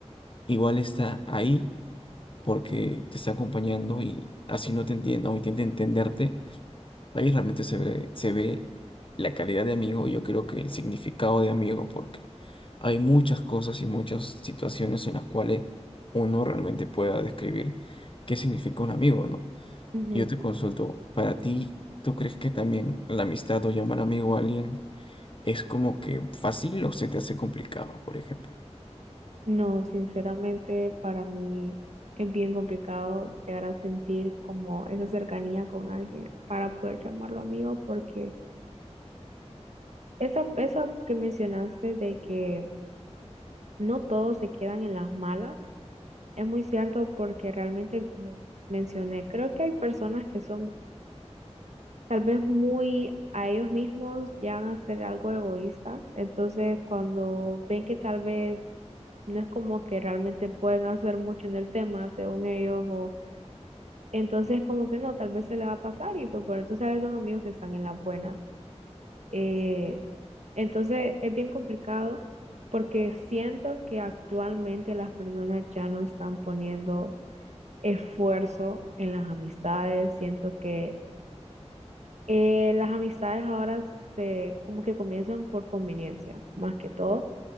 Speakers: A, on the left; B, on the right.
A: igual está ahí porque te está acompañando y así no te entienda o intenta entenderte, Ahí realmente se ve, se ve la calidad de amigo y yo creo que el significado de amigo, porque hay muchas cosas y muchas situaciones en las cuales uno realmente pueda describir qué significa un amigo, ¿no?
B: Ujú.
A: Yo te consulto, para ti, ¿tú crees que también la amistad o llamar amigo a alguien es como que fácil o se te hace complicado, por ejemplo?
B: No, sinceramente para mí es bien complicado llegar a sentir como esa cercanía con alguien para poder llamarlo amigo porque esa, esa que mencionaste de que no todos se quedan en las malas es muy cierto porque realmente como mencioné, creo que hay personas que son tal vez muy a ellos mismos llegan a ser algo egoísta. Entonces, cuando ven que tal vez no es como que realmente pueden hacer mucho en el tema, según ellos, o entonces como que no, tal vez se le va a pasar y pues bueno, entonces a veces son amigos que están en las buenas. Eh, entonces, es bien complicado porque siento que actualmente las personas ya no están poniendo esfuerzo en las amistades, siento que Eh, las amistades ahora se como que comienzan por conveniencia, más que todo,